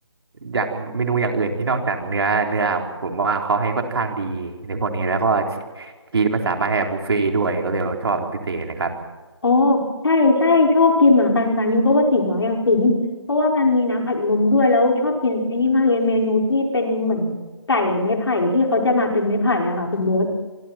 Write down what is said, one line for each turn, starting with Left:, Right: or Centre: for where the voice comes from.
Right: อยากเมนูอย่างอื่นที่นอกจากเนื้อเนื้อผมว่าเขาให้ค่อนข้างดีในพวกนี้แล้วก็ชีสมันสามารถให้แบบบุฟเฟ่ต์ด้วยก็เลยว่าชอบเป็นพิเศษนะครับ
Left: อ๋อใช่ใช่ชอบกินเหมือนกันกันนิวก็ว่าตีน้อยอะคุ้มเพราะว่ามันมีน้ำอัดลมด้วยแล้วชอบกินไอ้นี่มากเลยเมนูที่เป็นเหมือนไก่ไม้ไผ่ที่เขาจะมาเป็นไม้ไผ่อะค่ะคุณโบ๊ท